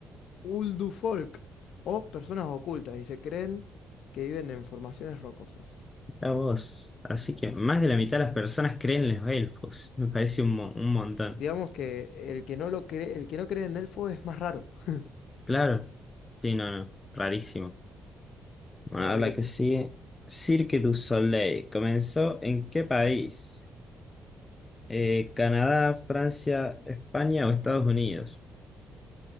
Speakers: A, on the left; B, on the left.
A: Uldufolk o personas ocultas y se creen que viven en formaciones rocosas.
B: Mira vos, así que más de la mitad de las personas creen en los elfos, me parece un, mo- un montón.
A: Digamos que el que no lo cree, el que no cree en elfos es más raro. <laughs>
B: Claro, sí, no, no, rarísimo. Bueno,
A: La verdad
B: ahora la
A: que
B: que
A: sí.
B: sigue. Cirque du Soleil, ¿comenzó en qué país? Eh, ¿Canadá, Francia, España o Estados Unidos?